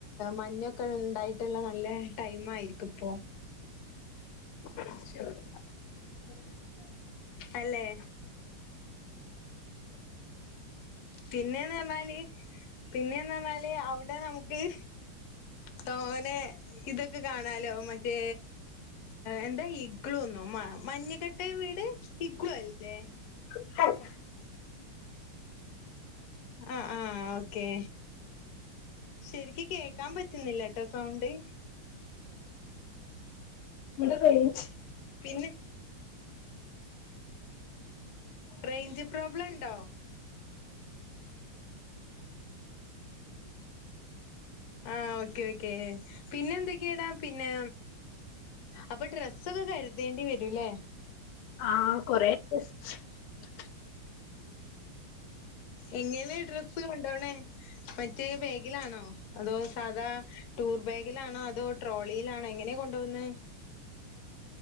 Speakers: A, on the left; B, on the left.
A: മഞ്ഞോക്കെ ഇ ണ്ടായിട്ടുള്ള നല്ല ടൈ മായിരിക്ക്‌ പ്പോ
B: <inaudible>
A: അല്ലേ പിന്നെന്ന് പർഞ്ഞാല് പിന്നെന്ന് ർ ഞ്ഞാല് അവിടെ നമുക്ക് തോനെ ഇതൊക്കെ കാണാലോ മറ്റേ എന്താ ഇഗ്ളു ന്നോ മഞ്ഞിക്കട്ടയും വീട് ഇഗ്ളുല്ലേ
B: <inaudible>
A: ആ ആ ഓക്കെ ശരിക്ക്‌ കേ ക്കാൻ പറ്റുന്നില്ല ട്ടോ സൗണ്ട്
B: ഇവിടെ റേഞ്ച്
A: പിന്നെ റേഞ്ച് പ്രോബ്ലം ഇണ്ടോ ആ ഓക്കെ ഓക്കേ പിന്നെ എന്തൊക്കെയടാ പിന്നെ അപ്പൊ ഡ്രസ്സൊക്കെ കരുതേണ്ടി വരൂല്ലേ
B: ആ <inaudible>
A: എങ്ങനെ ഡ്രസ്സ് കൊണ്ടോണേ മറ്റേ ബേഗിലാണോ അതോ സാധാ ടൂർ ബാഗിലാണോ അതോ ട്രോളിയിലാണോ എങ്ങനെയാ കൊണ്ട്പോകുന്നേ